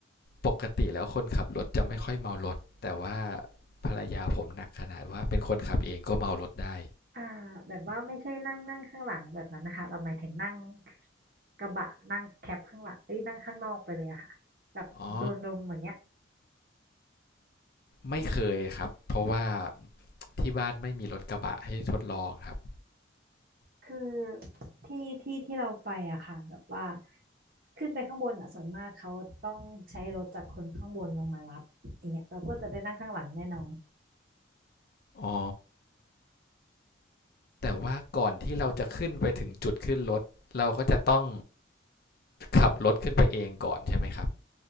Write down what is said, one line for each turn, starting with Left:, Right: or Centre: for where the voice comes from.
Left: ปกติแล้วคนขับรถจะไม่ค่อยเมารถแต่ว่าภรรยาผมหนักขนาดว่าเป็นคนขับเองก็เมารถได้
Right: อ่าแบบว่าไม่ใช่นั่งนั่งข้างหลังแบบนั้นนะคะเราหมายถึงนั่งกระบะนั่งแคปข้างหลังเอ้ยนั่งข้างนอกไปเลยอะค่ะแบบโดนลมอย่างเงี้ย
Left: อ๋อไม่เคยครับ เพราะว่าที่บ้านไม่มีรถกระบะให้ทดลองครับ
Right: คือที่ที่ที่เราไปอะค่ะแบบว่าขึ้นไปข้างบนอะส่วนมากเขาต้องใช้รถจากคนข้างบนลงมารับอย่างเงี้ยเราก็จะไปนั่งข้างหลังแน่นอน
Left: อ๋อ แต่ว่าก่อนที่เราจะขึ้นไปถึงจุดขึ้นรถเราก็จะต้องขับรถขึ้นไปเองก่อนใช่ไหมครับ